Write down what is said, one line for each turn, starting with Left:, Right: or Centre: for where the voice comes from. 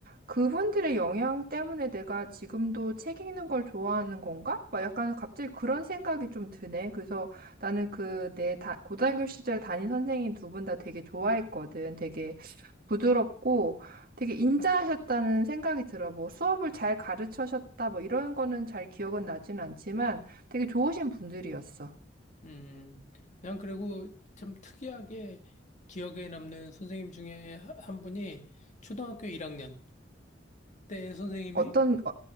Right: 그분들의 영향 때문에 내가 지금도 책 읽는 걸 좋아하는 건가? 막 약간 갑자기 그런 생각이 좀 드네. 그래서 나는 그 내 고등학교 시절 담임 선생님 두 분 다 되게 좋아했거든. 되게 부드럽고 되게 인자하셨다는 생각이 들어. 뭐 수업을 잘 가르쳐셨다, 뭐 이런 거는 잘 기억은 나진 않지만 되게 좋으신 분들이었어.
Left: 음, 난 그리고 참 특이하게 기억에 남는 선생님 중에 한 분이 초등학교 1학년 때 선생님이
Right: 어떤, 어,